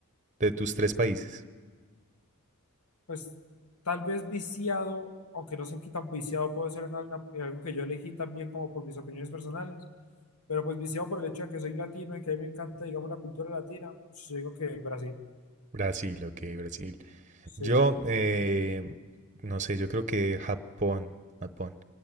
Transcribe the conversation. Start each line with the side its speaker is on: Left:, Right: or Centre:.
Right: de tus tres países?
Left: Pues tal vez viciado, aunque no sé qué tan viciado puedo ser en, algo en algo que yo elegí también como por mis opiniones personales, pero pues viciado por el hecho de que soy latino y que a mí me encanta, digamos, la cultura latina, pues, yo digo que Brasil,
Right: Brasil, ok, Brasil.
Left: sí.
Right: Yo, eh, no sé, yo creo que Japón, Japón,